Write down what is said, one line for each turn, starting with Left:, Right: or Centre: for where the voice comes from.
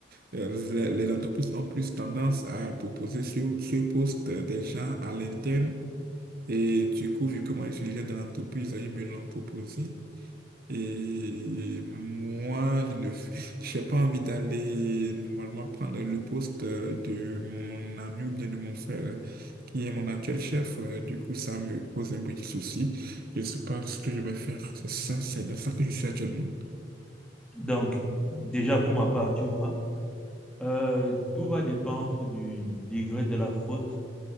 Right: les, les entreprises ont plus tendance à proposer sur ce poste des gens à l'interne. Et du coup, vu que moi je suis déjà dans l'entreprise, ils me l'ont proposé. Et moi, je ne, j'ai pas envie d'aller normalement prendre le poste euh, de mon ami ou bien de mon frère, euh, qui est mon actuel chef. Euh, Du coup, ça me cause un petit souci. Je ne sais pas ce que je vais faire. C'est ça, c'est dans ça que je suis actuellement.
Centre: Donc, déjà pour ma part, tu vois, euh, tout va dépendre du degré de la faute